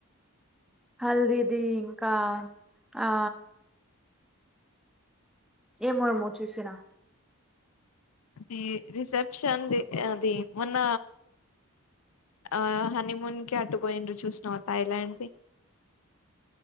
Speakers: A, in the centre; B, on the left.
A: హల్దిది ఇంకా ఆ ఏమో ఏ మో చూసనా
B: అది రిసెప్షన్ ధి అది మొన్న ఆ హనీమూన్ కి అటు పోయిండ్ర చూసినవు థాయిలాండ్ది